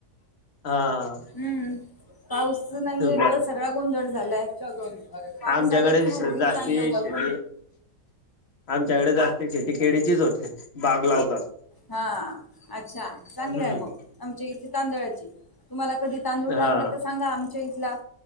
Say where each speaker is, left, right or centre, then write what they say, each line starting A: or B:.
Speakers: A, on the left; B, on the left.
A: हा.
B: हम्म पाऊस नाहीे
A: बर
B: तर सगळा गोंधळ झालाय. पाऊस
A: आमच्याकडे
B: आला की मग होईल
A: जास्ती
B: चांगलं मग
A: शेती आमच्याकडे जास्त शेती केळीचीच होते बाग लावतात.
B: हा अच्छा चांगलं
A: हम्म
B: आहे मग आमच्या इथे तांदळाची तुम्हाला कधी तांदूळ लागला
A: हा
B: तर सांगा आमच्या इथला